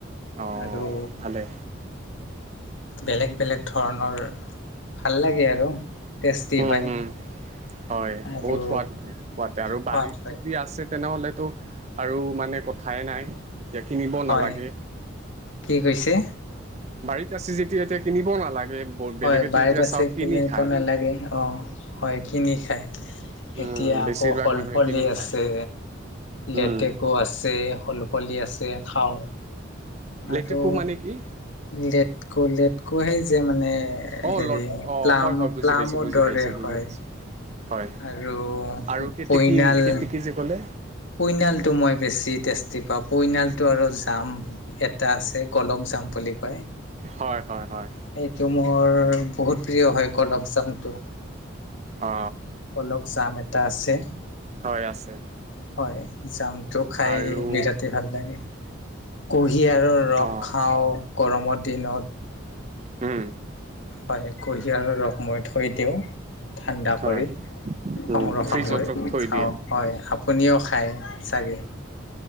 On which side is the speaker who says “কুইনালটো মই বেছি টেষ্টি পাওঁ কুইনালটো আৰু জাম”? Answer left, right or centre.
Left